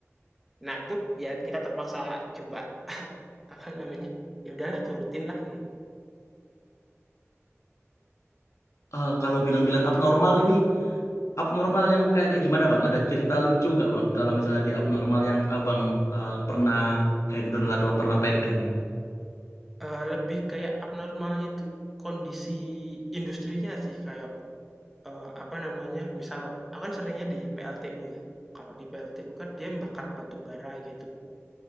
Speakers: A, in the centre; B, on the left (about 85°).
A: Nah, itu ya kita terpaksa coba <laughs> apa namanya? Ya udahlah turutin lah gitu.
B: Eh, kalau bilang-bilang abnormal ini abnormal yang kayak gimana bang? Ada cerita lucu gak bang? Kalau misalnya di abnormal yang abang eh, pernah handle atau pernah pegang ini.
A: Eh, lebih kayak abnormalnya itu kondisi industrinya sih kayak eh, apa namanya? Misal aku kan seringnya di PLTU ya. Kalau di PLTU kan dia membakar batu bara gitu.